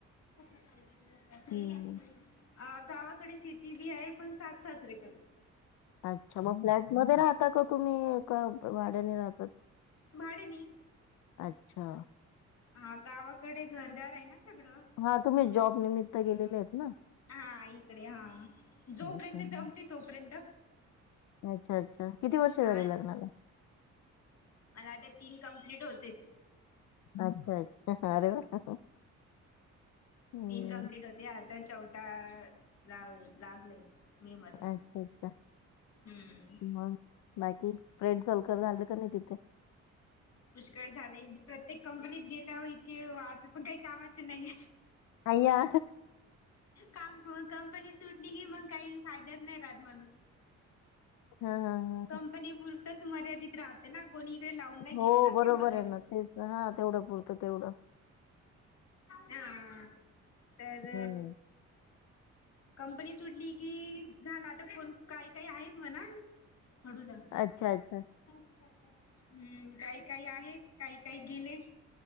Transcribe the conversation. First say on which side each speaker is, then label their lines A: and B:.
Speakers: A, on the left (about 60°); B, on the left (about 85°).
A: क पाहिजे सैली
B: हं.
A: असते <unintelligible> अ गावाकडे शेती बी आहे पण सासू-सासरे पण
B: अच्छा मग फ्लॅटमध्ये राहता का तुम्ही का भाड्याने राहता.
A: भाड्याने
B: अच्छा
A: हा गावाकडे घरदार आहे ना सगळं
B: हा तुम्ही जॉब निमित्त गेलेले आहेत ना?
A: हा इकडे हा जोपर्यंत
B: हम्म.
A: जमते तोपर्यंत
B: अच्छा अच्छा किती वर्ष
A: हा
B: झाले लग्नाला
A: मला आता तीन कं्प्लीट होते.
B: अच्छा अच्छा अरे वा. हम्म
A: तीन कं्प्लीट होते आता चौथा ला लागलय. मे मध्ये
B: अच्छा अच्छा
A: हम्म
B: मग बाकी फ्रेंड सलकर झाले का नाही तिथे
A: पुष्कळ झालेये प्रत्येक कंपनीत गेल्यावर इतके वाढत पण काही कामाच नाही.
B: अयया
A: काम कंपनी सुटली की मग काही फायद्याच नाही रात माणूस
B: हा हा हा
A: कंपनी पुुरतच मर्यादित राहते ना कोणी इकडे लावून नाही घेतणार
B: हो बरोबर
A: तेवढं काही
B: आहे ना तेच हा तेवढं पुरतं तेवढं.
A: हा तर
B: हम्म
A: कंपनी सुटली कि झाला तर फण काही काही आहेत म्हणा हडूदा
B: अच्छा अच्छा
A: हम्म काय काय आहेत काही काही गेले.